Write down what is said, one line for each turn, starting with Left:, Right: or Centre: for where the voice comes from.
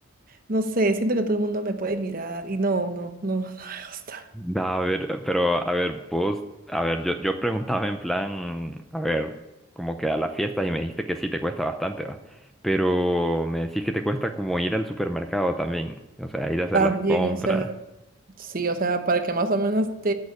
Right: no sé, siento que todo el mundo me puede mirar y no, no, no, <laughs> no me gusta.
Centre: Da, a ver, pero a ver, vos, a ver, yo, yo preguntaba en plan, a ver, como que a las fiestas y me dijiste que sí te cuesta bastante, va. Pero me decís que te cuesta como ir al supermercado también, o sea, ir a hacer
Right: También,
Centre: las compras.
Right: o sea, sí, o sea, para que más o menos te